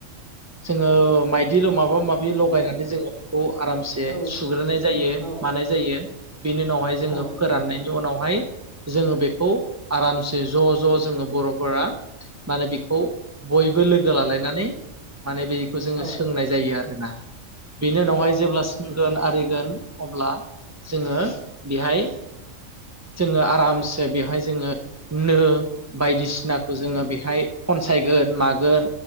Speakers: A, on the right; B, on the left.
A: जोङो माइदि माबा माबि लगायनानै जोङो खौ आरामसे
B: औ
A: सुग्रोनाय जायो
B: औ
A: मानाय जायो बेनि उनावहाय जोङो
B: औ
A: फोराननाय उनावहाय जोङो बेखौ आरामसे ज' ज' जोङो बर'फोरा माने बेखौ बयबो लोगो लालायनानै माने बेखौ जोङो
B: औ
A: सोंनाय जायो आरो <unintelligible> बेनि उनावहाय
B: औ
A: जेब्लासिम <unintelligible> आरिगोन अब्ला जोङो बेहाय जोङो आरामसे बेवहाय जोङो नो बायदिसिनाखौ जोङो बेहाय खनसायगोन मागोन